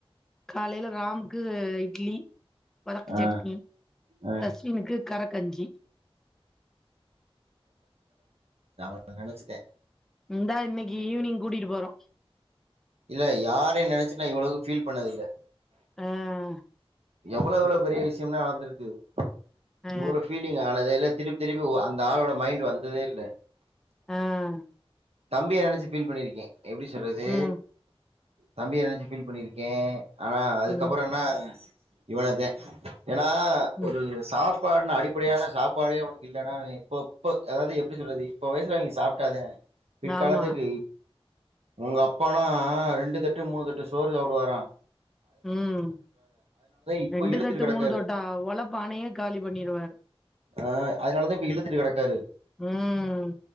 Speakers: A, in the centre; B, on the right.
A: காலையில ராம்க்கு இட்லி வதக்கு
B: ஆ
A: சட்னி
B: ஆ
A: தஸ்மினுக்கு கரக்கஞ்சி
B: ன நினைச்சுட்டேன்
A: இந்தா இன்னைக்கு ஈவினிங் கூட்டிட்டு போறோம்
B: இல்ல யாரையும் நெனைச்சு நான் இவ்வளவு ஃபீல் பண்ணது இல்ல
A: ஆஹ்
B: எவ்ளோவ் எவ்ளோவ் பெரிய விஷ யம் எல்லாம் நடந்திருக்கு
A: ஆ
B: இவ்ளோ பீலிங்க் ஆனதே இல்ல திருப்பி திருப்பி அந்த ஆளோட மைண்டுவந்ததே இல்ல
A: ஆஹ்
B: தம்பிய நெனைச்சு ஃபீல் பண்ணிருக்கேன் எப்படி சொல்றது
A: ம்
B: தம்பிய நெனைச்சு ஃபீல் பண்ணிருக்கேன் ஆனா அதுக்கப்புறம்
A: ம்
B: என்ன இவளதேன் ஏன்னா
A: ம்
B: ஒரு சாப் சாப்பாடுன அடிப்படையான சாப்பாடே உனக்கு இல்லைன்னா இப்ப இப்ப அதாவது எப்படி சொல்றது இப்ப வயசுல அவங்க சாப்பிட்டாதேன் பிற்காலத்திற்க்கு
A: ஆமா
B: உங்க அப்பானா ரெண்டு தட்டு மூணு தட்டு சோறு சாப்பிடுவாரான்
A: உம்
B: இப்ப
A: ரெண்டு
B: இழுத்துட்டு
A: தட்டு
B: கெடக்காரு
A: மூணு தட்டா ஓழப்பானையே காலி பண்ணிருவாரு
B: ஆஹ் அதுனாலதா இப்ப இழுத்துட்டு கிடக்காரு
A: உம்